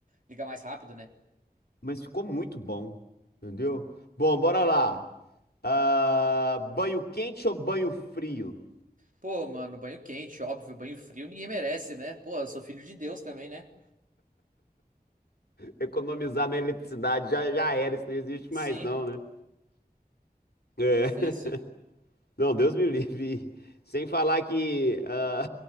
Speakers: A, on the right; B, on the left.
A: liga mais rápido, né?
B: Mas ficou muito bom, entendeu? Bom, bora lá. Ah, banho quente ou banho frio?
A: Pô, mano, banho quente, óbvio, banho frio ninguém merece, né? Pô, eu sou filho de Deus também, né?
B: Economizar na eletricidade já, já era, isso não existe
A: Sim,
B: mais, não, né? É.
A: difícil.
B: <laughs> Não, Deus me livre. Sem falar que. ah,